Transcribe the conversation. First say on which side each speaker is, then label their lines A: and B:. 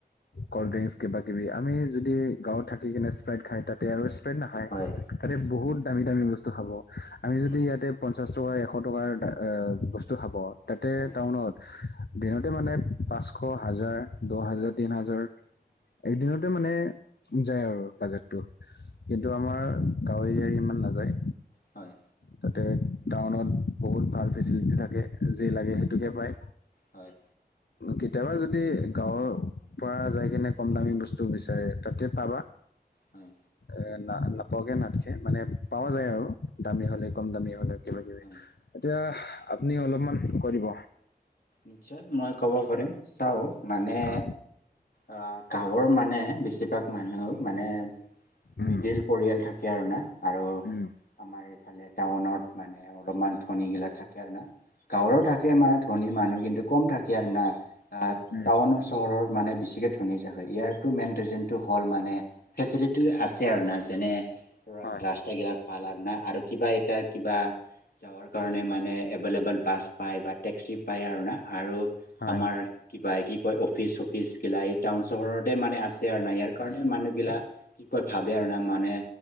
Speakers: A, on the left; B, on the left.
A: কলড্ৰিংকচ কিবা কিবি আমি যদি গাঁৱত থাকি কিনি স্প্ৰাইত খাই তাতে আৰু ষ্টেং নাখায়,
B: হয় হয়
A: তাতে বহুত দামী দামী বস্তু খাব। আমি যদি
B: উম
A: ইয়াতে পঞ্চাশ টকা, এশ টকাৰ আ বস্তু খাব। তাতে
B: হয়
A: টাউনত দিনতে মানে পাঁচশ, হাজাৰ, দহ হাজাৰ, তেন হাজাৰ একদিনতে মানে যায় আৰু বাজেটটো কিন্তু আমাৰ গাঁৱ এৰিয়াৰ ইমান নাযায়।
B: হয়।
A: তাতে টাউনত বহুত ভাল ফেচিলিটি থাকে, যি লাগে সেইটোকে পায়।
B: হয়।
A: কেতিয়াবা যদি গাঁৱৰ পৰা যাই কিনে কম দামী বস্তু বিচাৰে তাতে পাবা।
B: হয়।
A: এ না নাপাকে নাথকে মানে পোৱা
B: হয়
A: যায় আৰু দামী হলে কম দামী হলে কিবা কিবি।
B: হয়
A: এতিয়া আপুনি অলপমান কৈ দিব।
B: নিশ্চয় মই ক'ব পাৰিম চাও মানে
A: অ
B: অ', গাঁওৰ মানে বেছিভাগ মানুহ মানে
A: উম
B: মিডিল পৰিয়াল থাকে আৰু না। আৰু
A: উম।
B: আমাৰ এইফালে টাউনত মানে অলপমান ধনীগিলা থাকে আৰু না। গাঁৱৰো থাকে মানে ধনী মানুহ কিন্তু কম থাকে আৰু না আহ
A: উম
B: টাউনও চহৰৰ মানে বেছিকৈ ধনী জাগ হয় ইয়াৰতো মেইন ৰিজননটো হ'ল মানে ফেচিলিটি আছে আৰু না যেনে
A: হয়
B: ৰা এগিলা ভাল আৰু নাই আৰু কিবা এটা কিবা যাবৰ কাৰণে মানে এভেইলেবল বাছ পায় বা টেক্সি পায় আৰু না আৰু
A: হয়
B: আমাৰ কিবা কি কয় অফিচ চফিচ গিলা এই টাউন চহৰতে মানে আছে আৰু ন' ইয়াৰ কাৰণে মানুহ বিলাক কি কয় ভাবে আৰু না মানে